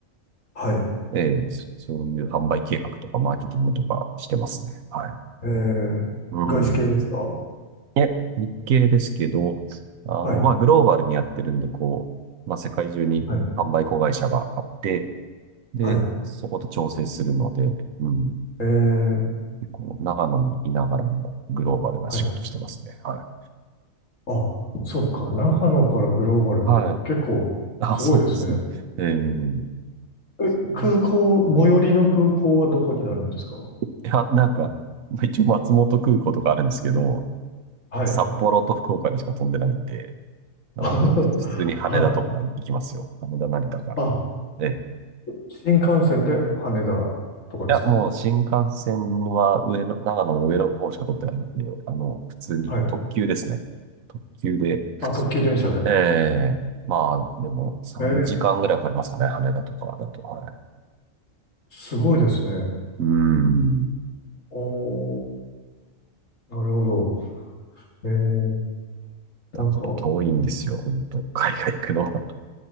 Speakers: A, on the left; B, on the right.
A: はい。
B: ええ、そそういう販売計画とか、マーケティングとかしてますね。はい。
A: えー、
B: うん。
A: 外資系ですか
B: いえ、日系ですけど、あの、
A: はい。
B: まあ、グローバルにやってるんで、こう、まあ、世界中に販売子会社があって、
A: はい。
B: で、
A: はい。
B: そこと調整するので、うん。
A: えー、
B: 結構、長野にいながらも、グローバルな仕事してますね。
A: はい。
B: はい。
A: あ、そっか。
B: うん
A: 長野からグローバルって結構すごいですね。
B: はい。あ、そうですね。ええ、そ
A: え、
B: うなんですね
A: 空港、最寄りの空港はどこになるんですか
B: いや、なんか、まあ一応松本空港とかあるんですけど、
A: はい。
B: 札幌と福岡にしか飛んでないんで、あのもう普通に羽田とか行きますよ。
A: <laughs> はい。
B: 羽田、成田から。
A: あ、
B: ええ。
A: 新幹線で羽田とかですか
B: いや、もう新幹線は上の、長野の上の方しか取ってないんで、あの、普通に特急ですね。
A: はい。
B: 特急で。
A: あ、特急電車で。
B: ええ、まあ、でも3時間ぐらいかかりますかね。
A: えー、
B: 羽田とかだと。はい。
A: すごいですね。
B: うーん。
A: おー、なるほど。えーなんか、
B: だから遠いんですよ、本当海外行くのは。